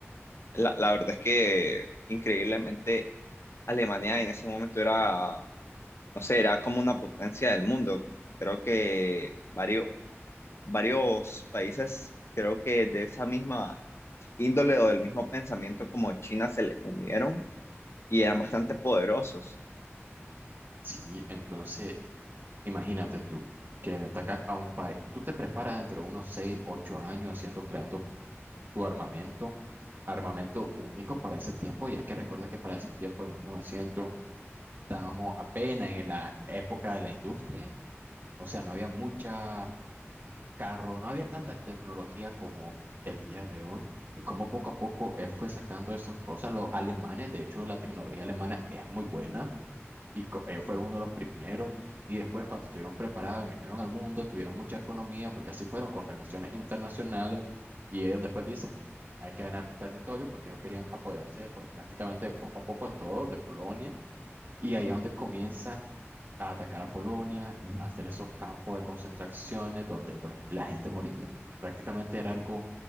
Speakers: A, on the left; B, on the right.
A: la, la verdad es que increíblemente Alemania en ese momento era, no sé, era como una potencia del mundo. Creo que varios, varios países, creo que de esa misma índole o del mismo pensamiento como China se le unieron y eran bastante poderosos.
B: Sí, entonces, imagínate tú que atacas a un país, tú te preparas dentro de unos 6 8 años haciendo, creando tu armamento, armamento único para ese tiempo, ya que recuerda que para ese tiempo, en 1900 estábamos apenas en la época de la industria, o sea, no había mucha carro, no había tanta tecnología como el día de hoy, y como poco a poco él fue sacando esas cosas, los alemanes, de hecho, la tecnología alemana es muy buena, y co- ellos fueron uno de los primeros. Y después, cuando estuvieron preparados, engañaron al mundo, tuvieron mucha economía, porque así fueron con relaciones internacionales. Y ellos después dicen, hay que ganar territorio, porque ellos querían apoderarse pues, prácticamente de poco a poco de todo, de Polonia. Y ahí es donde comienza a atacar a Polonia, a hacer esos campos de concentraciones donde pues la gente moría. Prácticamente era algo